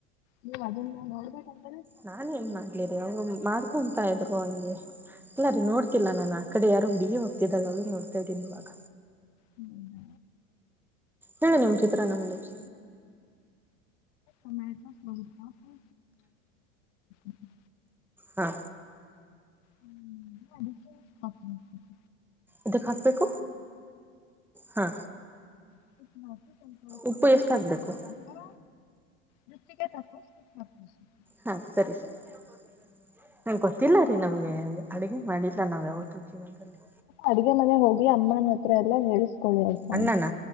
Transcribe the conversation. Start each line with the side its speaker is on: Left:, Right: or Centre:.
Left: ನೀವು ಅದುನ್ನ ನೋಡ್ಬೇಕು ಅಂತ್
Centre: ನಾನ್ ಏನ್ ಮಾಡ್ಲಿ ರೀ ಅವು ಮಾಡ್ಕೊಂತ ಇದ್ರು ಹಂಗೆ. ಇಲ್ಲ ರೀ ನೋಡ್ತಿಲ್ಲಾ ನಾನು ಆ ಕಡೆ ಯಾರು ಹುಡುಗಿ ಹೋಗ್ತಿದ್ದಾಳೆ ಅವಳನ ನೋಡ್ತಾ ಇದ್ದೀನಿ ಇವಾಗ.
Left: ಹ್ಮ್
Centre: ಹ್ಮ್ ನಮ್ ಚಿತ್ರಾನ್ನ ಮಾಡಿರಿ.
Left: ಆಮೇಲೆ ಟೊಮ್ಯಾಟೊ <unintelligible>
Centre: ಹಾ
Left: ಹ್ಮ್ ಅದಕ್ಕೆ <unintelligible>
Centre: ಇದಕ್ಕೆ ಹಾಕ್ಬೇಕ್ ಹಾ
Left: ಮಾಡ <unintelligible>
Centre: ಉಪ್ಪು ಎಷ್ಟು ಹಾಕ್ಬೇಕು.
Left: ಅವ ದೃಷ್ಟಿಗೆ <unintelligible>
Centre: ಹಾ ಸರಿ ಸರಿ ಇದುನ್ನೂ ಹೇಳಿಕೊಡಬೇಕ ನಿಮಗೆ ಹ ಗೊತ್ತಿಲ್ಲ ರೀ ನಮ್ಗೆ ಅಡುಗೆ ಮಾಡಿಲ್ಲ ನಾವ್ ಯಾವತ್ತೂ. ಜೀವನದಲ್ಲಿ
Left: ಅಡುಗೆ ಮನೆಗೆ ಹೋಗಿ ಅಮ್ಮನ ಹತ್ರ ಎಲ್ಲಾ ಹೇಳ್ಸ್ ಕೊಲೆ ಹಾಯತ್ತ
Centre: ಅಣ್ಣನ